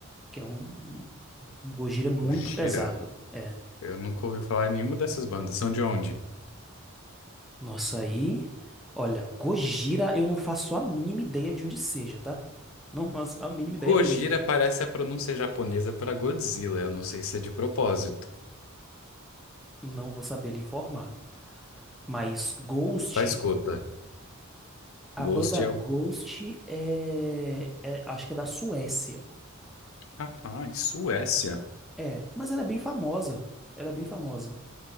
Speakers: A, in the centre; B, on the left.
A: que é um um Gojira é muito
B: Gojira.
A: pesado. É,
B: Eu nunca ouvi falar em nenhuma dessas bandas. São de onde?
A: Nossa, aí. Olha, Gojira, eu não faço a mínima ideia de onde seja, tá? Não faço a mínima
B: Gojira
A: ideia mesmo.
B: parece a pronúncia japonesa para Godzilla. Eu não sei se é de propósito.
A: Não vou saber lhe informar. Mas Ghost,
B: Tá, escuta.
A: a
B: Ghost
A: banda
B: é
A: Ghost
B: o...
A: é, é- Acho que é da Suécia.
B: Rapaz, Suécia.
A: É, mas ela é bem famosa. Ela é bem famosa.